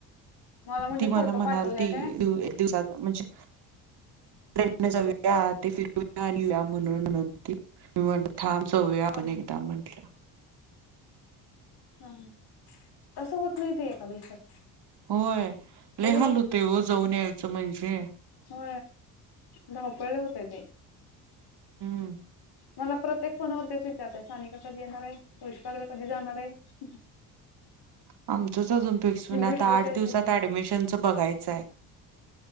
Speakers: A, on the left; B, on the right.
A: म्हणजे
B: ती मला
A: फोटो
B: म्हणाल
A: पाठवल्या
B: ती
A: काय
B: एक दिवसात म्हणजे त्या आधी फिरून आल्या म्हणाल ती मग ती थांम जाऊया आपण
A: हा हा
B: एकदा आपण म्हंटल्या.
A: हम तसं होत नाही ते एका दिवसात
B: होय
A: लई
B: लय हाल होते हो जाऊन यायचं म्हणजे
A: हो धावपळ लय होते ते
B: हम्म.
A: मला प्रत्येक फोनावर तेच विचारते सानिका कधी येणार आहे पुळुष्पागला कधी जाणार आहे.
B: <inaudible> आमचंच अजून फिक्स हून न आता
A: घेतल्याशिवाय
B: आठ दिवसात
A: ते
B: ऍडमिशनच बघायचं आहे. <inaudible>